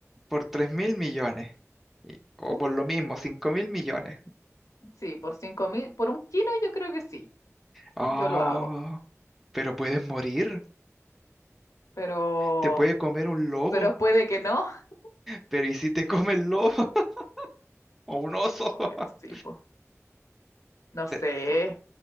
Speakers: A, in the centre; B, on the left (about 85°).
A: por tres mil millones. Y- o
B: Mm,
A: por lo mismo, cinco mil millones.
B: sí, por cinco mil, por un kilo yo creo que sí.
A: Oh,
B: Yo lo hago,
A: pero puedes morir.
B: pero,
A: Te puede comer un lobo.
B: pero puede que no. <laughs>
A: Pero ¿y si te come el lobo? <laughs> O un oso.
B: No,
A: <laughs>
B: bueno, sí, pues. No
A: Te-
B: sé.
A: por-